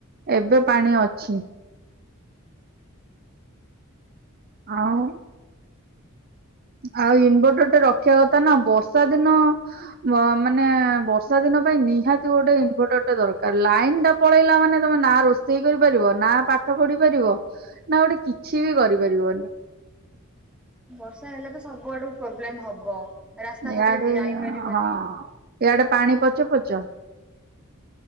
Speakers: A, on the right; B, in the centre.
A: ଏବେ ପାଣି ଅଛି। ଆଉ ଆଉ ଇନଭଟର ଟେ ରଖିବା କଥା ନା ବର୍ଷା ଦିନ ଅ ମାନେ ବର୍ଷା ଦିନ ପାଇଁ ନିହାତି ଗୋଟେ ଇନଭଟର ଟା ଦରକାର ଲାଇନ୍ ଟା ପଳେଇଲା ମାନେ ତମେ ନା ରୋଷେଇ କରିପାରିବ ନା ପାଠ ପଢି ପାରିବ ନା ଗୋଟେ କିଛି ବି କରିପାରିବନି।
B: ବର୍ଷା ହେଲେ ତ ସବୁ ଆଡକୁ ପ୍ରୋବ୍ଲେମ ହବ ରାସ୍ତାଘାଟରେ
A: ଇଆଡେ
B: ଯାଇପାରିବନି।
A: ହଁ ଇଆଡେ ପାଣି ପଚ ପଚ।